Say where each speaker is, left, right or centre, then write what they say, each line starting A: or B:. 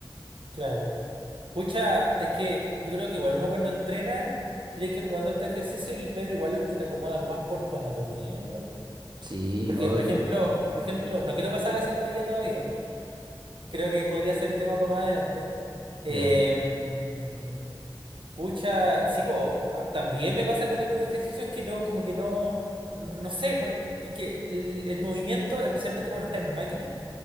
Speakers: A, on the right; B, on the right.
A: claro. Pucha, es que yo creo que igual uno cuando entrena tiene que ir probando este ejercicio y ver igual los que te acomodan más por tu anatomía, igual.
B: Sí,
A: Porque,
B: obvio.
A: por ejemplo, por ejemplo, no quiero pasar a la sentadilla todavía. creo que podría ser tema para más adelante. Eh,
B: Ya.
A: mm, pucha, sí, po, no, también me pasa con algunos ejercicios que no, como que no, no, no sé, porque el, el movimiento, especialmente cuando está en máquina,